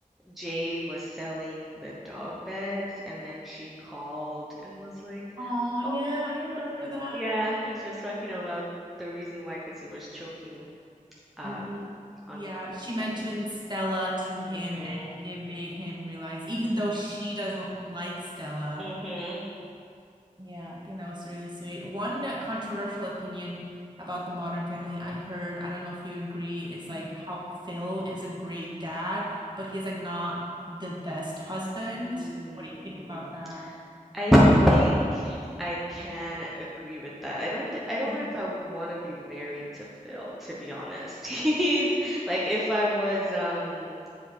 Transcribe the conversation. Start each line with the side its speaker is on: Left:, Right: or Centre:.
Centre: Jay was selling the dog beds, and then she called and was like,
Right: Oh, yeah,
Centre: "Oh, it's
Right: I remember
Centre: something, something."
Right: that.
Centre: Yeah, and she was talking about the reason why, because he was choking um
Right: hmm
Centre: on
Right: Yeah,
Centre: the TV.
Right: she mentioned
Centre: But
Right: Stella to him,
Centre: mhm,
Right: and it made him realize, even though she doesn't like Stella.
Centre: mhm,
Right: Yeah, I think that was really sweet. One controversial opinion about the Modern Family I heard, I don't know if you agree, is
Centre: mhm.
Right: like how Phil is a great dad, but he's like not the best husband.
Centre: Mm,
Right: What do you think about that?
Centre: I think I can agree with that. I don't think I don't
Right: Mhm.
Centre: know if I would want to be married to Phil, to be honest. <laughs> He's like if I was um